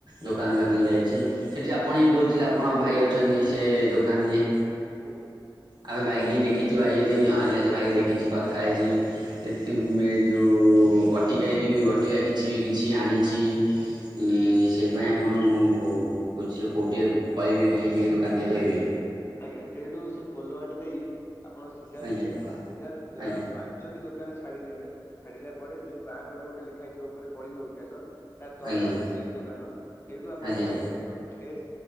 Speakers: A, on the right; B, on the left.
A: ଦୋକାନ କତିକି ଯାଇଛି। ସେଠି ଆପଣ ହିଁ କହୁଥିଲେ ଆପଣଙ୍କ ଭାଇ ଅଛନ୍ତି ସେ ଦୋକାନରେ।
B: ଆଜ୍ଞା ସେ
A: ଆମେ
B: ଏଠି
A: ଭାଇକି
B: କାମ କରୁଛନ୍ତି
A: ଦେଖିଛି।
B: ଆଜ୍ଞା।
A: ଭାଇ ଆଜ୍ଞା ସେ ଭାଇ ଦେଖିଛି କଥା ହେଇଛି। କେତେ ମେ ଯୋଉ ବଟିଗାଇକି ଅଟିବା କିଛି ବି କିଛି ଆଣିଛି। ଉଁ ସେଇପାଇ ଆପଣଙ୍କୁ କହୁ କୁ କୋଉଠିକେ କହିବେ ଟିକେ କି ଦୋକାନ ଟିକେ କହିବେ?
B: ଆଜ୍ଞା ସେଇଠୁ ସେ ପୋଲୁଆଟେ ଦେଇ ଆପଣ ସିଧା
A: ଆଜ୍ଞା
B: ଯିବେ। ସିଧାରେ
A: ଆଜ୍ଞା
B: ପାଞ୍ଚଟି ଦୋକାନ ଛାଡି ନେବେ। ଛାଡିଲା ପରେ ଯୋଉ ବାଁ କରେ ଗୋଟେ ଲେ ଖାଇଯିବ ଉପରେ କଳିଙ୍ଗ ବିକାଶ। ତା
A: ଆଜ୍ଞା
B: ତଳେ ଅଛି କେକ୍ ଦୋକାନ। ସେଇଠୁ ଆପଣ
A: ଆଜ୍ଞା
B: ଆଣିବେ ସବୁଠୁ ଫ୍ରେସ୍